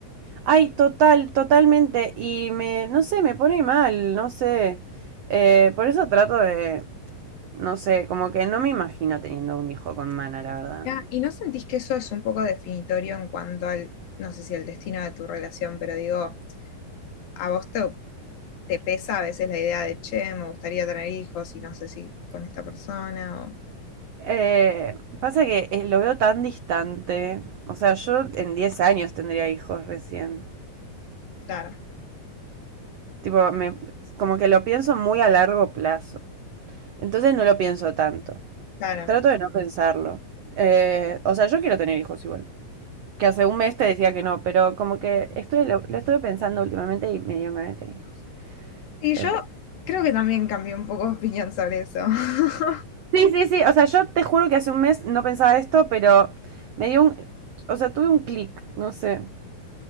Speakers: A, on the right; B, on the left.
A: Ay, total, totalmente. Y me, no sé, me pone mal, no sé. Eh, por eso trato de, no sé, como que no me imagino teniendo un hijo con mana, la verdad.
B: ¿ya? ¿Y no sentís que eso es un poco definitorio en cuanto al, no sé si al destino de tu relación, pero digo. a vos te, te pesa a veces la idea de, che, me gustaría tener hijos y no sé si con esta persona o...
A: Eh, pasa que eh, lo veo tan distante. O sea, yo en 10 años tendría hijos recién.
B: Claro,
A: Tipo, me, como que lo pienso muy a largo plazo. Entonces no lo pienso tanto.
B: claro.
A: Trato de no pensarlo. Eh, o sea, yo quiero tener hijos igual. Que hace un mes te decía que no, pero como que estoy, lo, lo estuve pensando últimamente y me dieron ganas de tener hijos.
B: Y
A: Pero
B: yo
A: bueno.
B: creo que también cambié un poco de opinión sobre eso. <laughs>
A: Sí, sí, sí. O sea, yo te juro que hace un mes no pensaba esto, pero me dio un... O sea, tuve un clic, no sé.